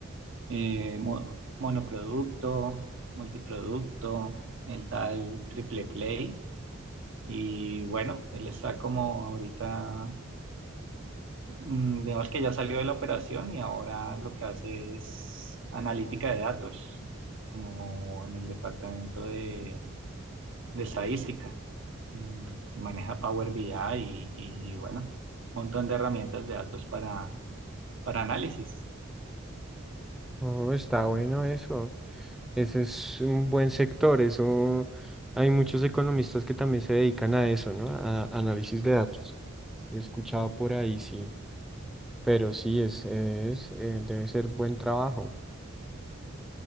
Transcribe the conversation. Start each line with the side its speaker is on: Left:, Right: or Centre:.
Right: Eh, mo- monoproducto, multiproducto, el tal triple play. Y bueno, él está como ahorita, mm, digamos que ya salió de la operación y ahora lo que hace es analítica de datos, como en el departamento de, de estadística. mm, maneja Power BI y, y, bueno, un montón de herramientas de datos para, para análisis.
Centre: Oh, está bueno eso. Ese es un buen sector. Eso hay muchos economistas que también se dedican a eso, ¿no? A análisis de datos. He escuchado por ahí, sí. Pero sí, es, es, eh, debe ser buen trabajo.